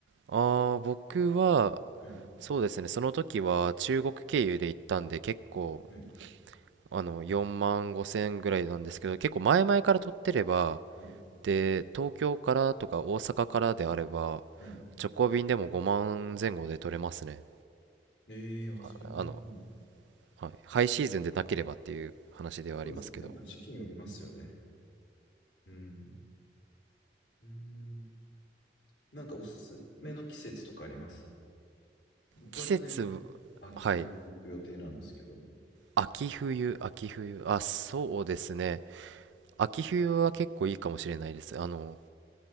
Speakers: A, on the right; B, on the left.
A: ああー、僕は、
B: はい。
A: そうですね、その時は中国経由で行ったんで、結構、
B: はい。
A: あの、4万5千ぐらいなんですけど、結構前々から取ってれば、
B: はい。
A: で、東京からとか大阪からであれば、
B: はい。
A: 直行便でも5万前後で取れますね。
B: ええー、あ、
A: あ、
B: それぐらいなんだ。
A: あの、はい、ハイシーズンでなければっていう話ではありますけど。
B: そうですよね。やっぱ時期によりますよね。うん。うん。なんかおすすめの季節とかあります僕はちなみに秋冬行く予定なんですけど。
A: 季節、はい、秋冬、秋冬、あ、そうですね。秋冬は結構いいかもしれないです。あの、